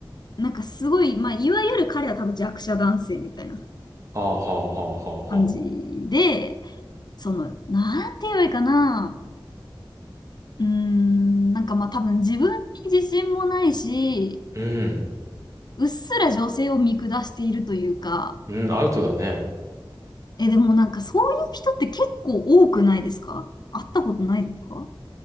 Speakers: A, on the left; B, on the right.
A: なんかすごい、まあ、いわゆる彼は多分弱者男性みたいな
B: はあはあはあはあはあ。
A: 感じで、その、なんて言えばいいかな、うーん、なんかまあ多分自分に自信もないし、
B: うん。
A: うっすら女性を見下しているというか、
B: うん、アウトだね。
A: え、でもなんかそういう人って結構多くないですか会ったことないですか